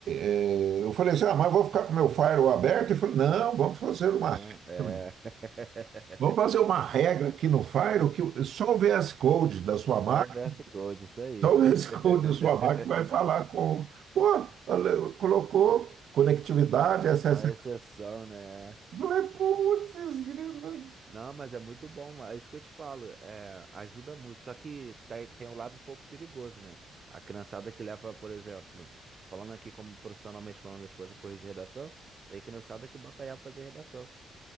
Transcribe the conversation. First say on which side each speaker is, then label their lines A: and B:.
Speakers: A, on the right (about 65°); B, on the right (about 40°).
A: eh, eu falei assim: ah, mas vou ficar com meu firewall aberto? Ele falou: não, vamos fazer
B: Não,
A: uma regra.
B: é. <laughs>
A: Vamos fazer uma regra aqui no firewall que só o VS Code da sua máquina
B: Só o verso code, isso aí.
A: Talvez
B: <laughs>
A: <laughs> quando sua máquina vai falar com. Pô, ela colocou conectividade, acesso.
B: Uma exceção, né?
A: Eu falei, putz, grila.
B: Não, mas é muito bom, é isso que eu te falo, é, ajuda muito. Só que tem, tem um lado um pouco perigoso, né? A criançada que leva, por exemplo, falando aqui como profissionalmente como a minha esposa corrigir redação, tem criançada que bota aí pra fazer redação.